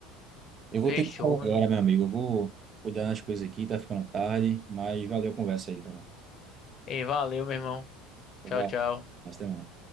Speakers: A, on the right (about 40°); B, on the left (about 45°).
A: Eu vou
B: Fechou,
A: ter que sair
B: meu
A: agora,
B: irmão.
A: meu amigo. Eu vou cuidar das coisas aqui, tá ficando tarde, mas valeu a conversa aí, cara.
B: Ei, valeu, meu irmão. Tchau,
A: Vai,
B: tchau.
A: até mais.